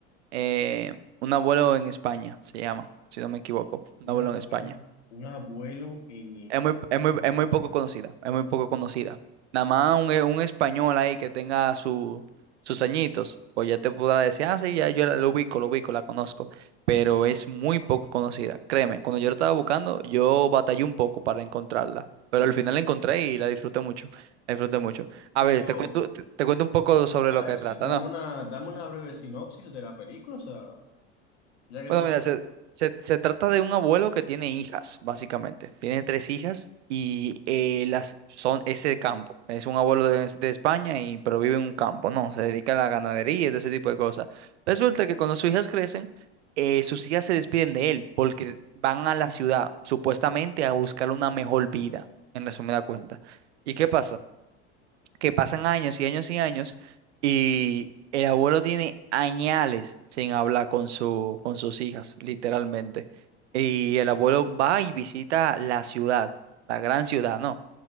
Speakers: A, on the right; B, on the left.
A: eh, Un abuelo en España, se llama, si no me equivoco, Un
B: Un
A: abuelo
B: abuelo,
A: en España.
B: un abuelo en España.
A: Es muy, es muy, es muy poco conocida, es muy poco conocida. Nada más un, eh, un español ahí que tenga su, sus añitos, pues ya te podrá decir, ah, sí, ya yo la, lo ubico, lo ubico, la conozco, pero es muy poco conocida. Créeme, cuando yo la estaba buscando, yo batallé un poco para encontrarla, pero
B: Un-
A: al final la encontré y la disfruté mucho, la disfruté mucho. A
B: Pero,
A: ver, te cuento, te, te cuento un poco sobre
B: claro,
A: lo que
B: sí,
A: trata,
B: dame
A: ¿no?
B: una, dame una breve sinopsis de la película, o sea, ya que
A: Bueno,
B: tú me...
A: mira, se, se- se trata de un abuelo que tiene hijas, básicamente. Tiene tres hijas y eh, las son ese campo. Es un abuelo de, de España y pero vive en un campo, ¿no? Se dedica a la ganadería y todo ese tipo de cosas. Resulta que cuando sus hijas crecen, eh, sus hijas se despiden de él porque van a la ciudad, supuestamente a buscar una mejor vida, en resumida cuenta. ¿Y qué pasa? que pasan años y años y años y el abuelo tiene añales sin hablar con su, con sus hijas, literalmente. Y el abuelo va y visita la ciudad, la gran ciudad, ¿no?